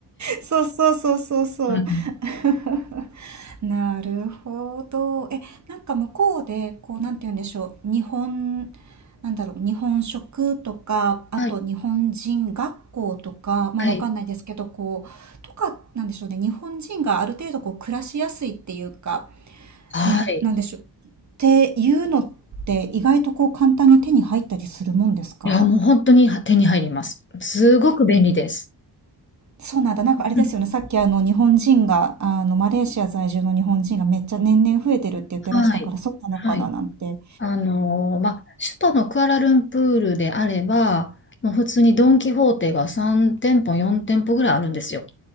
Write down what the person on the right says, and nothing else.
そうそうそうそうそう。
<laughs> なるほど。え、なんか向こうで、こう、なんて言うんでしょう。日本、なんだろう、日本食とか、あと日本人学校とか、
まあわかんないですけど、
こう、とか、なんでしょうね。日本人がある程度こう、暮らしやすいっていうか、
んなんでしょう。っていうのって、意外とこう、簡単に手に入ったりするもんですか
そうなんだ。なんかあれですよね。
さっきあの日本人が、あのマレーシア在住の日本人がめっちゃ年々増えてるって言ってらしたからそうなのかななんて。